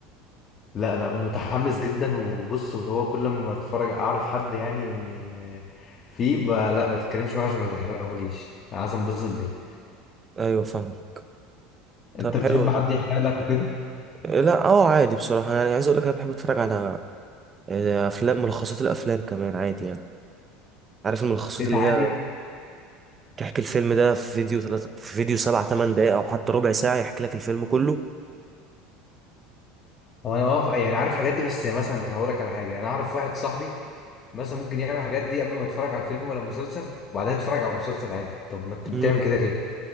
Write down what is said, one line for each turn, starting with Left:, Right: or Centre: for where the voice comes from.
Left: لا لا متحمس جدا وبص اللي هو كل ما اتفرج اعرف حد يعني فيه ما لا ما تتكلمش معاه عشان ما تحرقهوليش عايز انبسط بيه
Right: ايوه فاهمك طب
Left: انت
Right: حلو
Left: بتحب
Right: يعني
Left: حد يحرق لك وكده
Right: إيه لا اه عادي بصراحة يعني عايز اقول لك انا بحب اتفرج على آه، افلام ملخصات الافلام كمان عادي يعني عارف الملخصات
Left: ايه
Right: اللي
Left: تعالي
Right: هي تحكي الفيلم ده في فيديو تلات في فيديو سبع تمن دقايق او حتى ربع ساعة يحكي لك الفيلم كله
Left: هو انا واقف يعني عارف الحاجات دي بس مثلا هقول لك على حاجه يعني انا اعرف واحد صاحبي مثلا ممكن يعمل الحاجات دي قبل ما يتفرج على الفيلم ولا المسلسل وبعدها يتفرج على المسلسل عادي طب ما انت بتعمل
Right: امم
Left: كده ليه